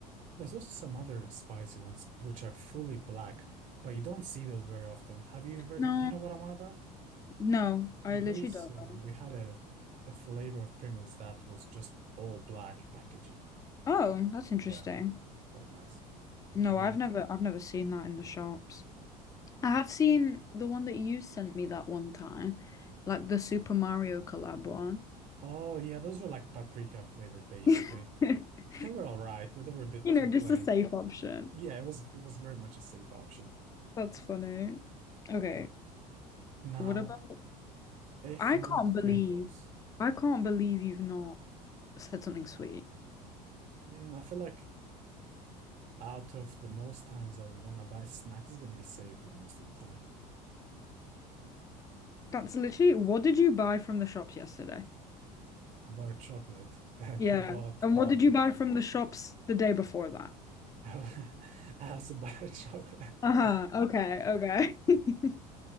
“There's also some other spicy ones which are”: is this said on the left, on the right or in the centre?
Right